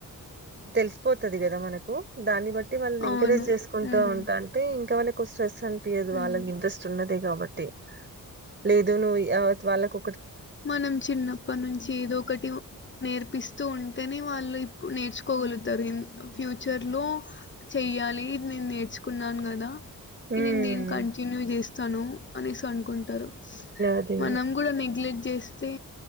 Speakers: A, on the right (about 30°); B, on the left (about 35°).
A: తెలిసిపోతది కదా మనకు దాన్ని బట్టి వాళ్ళని
B: అవును
A: ఎంకరేజ్ చేసుకుంట
B: ఉమ్
A: ఉంటాంటే ఇంకా వాళ్ళకు స్ట్రెస్ అనిపియదు వాళ్ళకి
B: ఉమ్
A: ఇంట్రెస్ట్ ఉన్నదే కాబట్టి లేదు నువ్వు వాళ్ళకు
B: మనం చిన్నప్పటి నుంచి ఏదో ఒకటి నేర్పిస్తూ ఉంటేనే వాళ్ళు ఇప్పుడు నేర్చుకోగలుగుతారు ఫ్యూచర్ లో చెయాలి ఇది నేను నేర్చుకున్నా కదా
A: హ్మ్.
B: ఇది నేన్ కంటిన్యూ చేస్తను అనేసి అనుకుంటరు.
A: అది.
B: మనం కూడా నెగ్లెక్ట్ చేస్తే